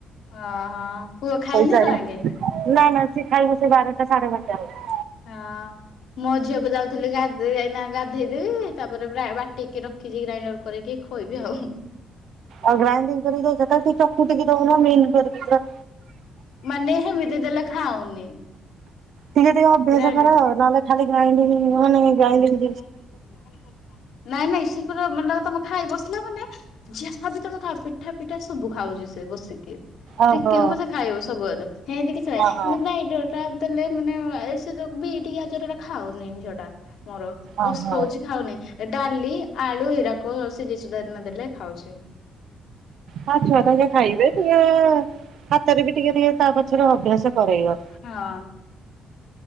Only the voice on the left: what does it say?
ଓହୋ ପୁଅ ଖାଇନି
ଏତେ ବେଳ ଯାଙ୍କେ।
ହଁ ମୋ ଝିଅକୁ ଯାଉଥିଲି ଗାଧେ ଏଇନା ଗାଧେଇ। ଗାଧେଇ ତାପରେ ବ୍ରା ବାଟିକି ରଖିଛି ଗ୍ରାଇଣ୍ଡର କରିକି ଖୋଇବି ଆଉ।
ମାନେ ହେମିତି ଦେଲେ ଖାଉନି।
ଗ୍ରାଇଣ୍ଡରରେ
ଗ୍ରାଇଣ୍ଡିଙ୍ଗ୍ ଜିନିଷ ଖାଲି ଖାଉଥା। ନାଇଁ ନାଇଁ ସେ ପୁରା ମାନେ ତମେ ଖାଇ ବସିଲା ମାନେ ଯାହା ଭାବି ତମେ ଖାଅ। ପିଠା ପିଠା ସବୁ ଖାଉଛି ସେ ବସିକି।
ଟିକେ ହବ ସେ ଖାଇବ ସବୁଆଡେ ହେମତି କିଛି ନାହିଁ
କିନ୍ତୁ ଗ୍ରାଇଣ୍ଡର୍। ଟା ଦେଲେ ମାନେ ଏ ସେ ଯୋଉ ବିଟ୍ ଗାଜରର ଖାଉନି ଝିଅ ଟା ମୋର।
ଓସ୍କୋଉଛି ଖାଉନାହିଁ। ଡାଲି, ଆଳୁ ଏଇଟା। କଣ ସେ ଜିଷୁ ଦାନା ଦେଲେ ଖାଉଛି।
ହଁ